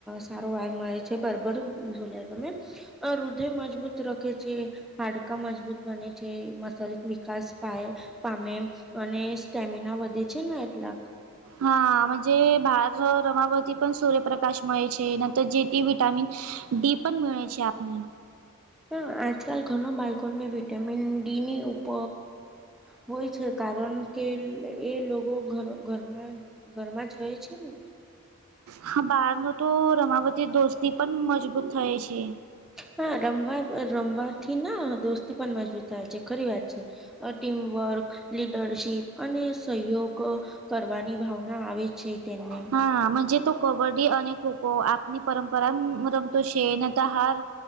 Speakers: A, in the centre; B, on the right.
A: સારો વાય મળે છે. બરાબર બોલ્યા તમે. અ હૃદય મજબૂત રખે છે. હાડકા મજબૂત બને છે. મસલ વિકાસ પાય. પામે અને સ્ટેમિના વધે છે ને એટલાક.
B: હાજ ભાર રમાવતી પણ સૂર્યપ્રકાશ મળે છે. નંતર જે તે વિટામિન. ડી પણ મેળ છે આપને.
A: હ આજકાલ ઘણ બાળકોને વિટામિન ડી ની ઉપપ. હોય છે. કારણ કે એ લોકો ઘરમાં ઘરમાં જ રહે છે ને.
B: હા બાર ન તો રમાવતી દોસ્તી પણ મજબૂત થાય છે.
A: હા રમવા રમવાથી ના દોસ્તી પણ મજબૂત થાય છે. ખરી વાત છે. ટીમવર્ક લીડરશીપ અને સહયોગ કરવાની ભાવના આવે છે તેમને
B: હા મનજે તો કબડ્ડી અને ખોખો આપની પરંપરા રમતો છે નને ત હાર